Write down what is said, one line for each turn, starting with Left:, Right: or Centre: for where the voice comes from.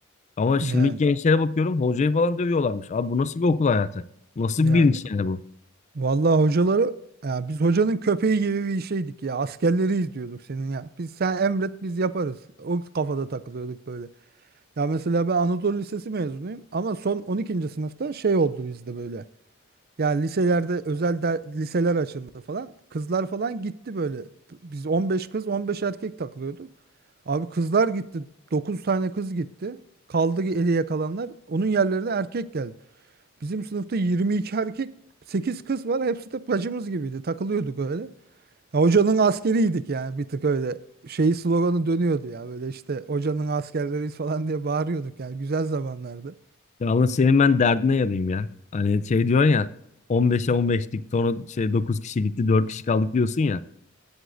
Left: Ama şimdiki
Right: yani
Left: gençlere bakıyorum hocayı falan dövüyorlarmış. Abi bu nasıl bir okul hayatı? Nasıl
Right: yani
Left: bir bilinç yani bu?
Right: Vallahi hocaları ya biz hocanın köpeği gibi bir şeydik ya. Askerleri izliyorduk senin ya. Biz sen emret biz yaparız. O kafada takılıyorduk böyle. Ya mesela ben Anadolu Lisesi mezunuyum ama son on ikinci sınıfta şey oldu bizde böyle. Ya liselerde özel der, liseler açıldı falan. Kızlar falan gitti böyle. Biz 15 kız 15 erkek takılıyorduk. Abi kızlar gitti. dokuz tane kız gitti. Kaldı ki eli yakalanlar. Onun yerlerine erkek geldi. Bizim sınıfta 22 erkek, 8 kız var. Hepsi de bacımız gibiydi. Takılıyorduk öyle. Ya, hocanın askeriydik yani bir tık öyle. Şey sloganı dönüyordu ya böyle işte hocanın askerleriyiz falan diye bağırıyorduk yani güzel zamanlardı.
Left: Ya Allah senin ben derdine yanayım ya. Hani şey diyorsun ya 15'e 15'lik sonra şey 9 kişi gitti 4 kişi kaldık diyorsun ya.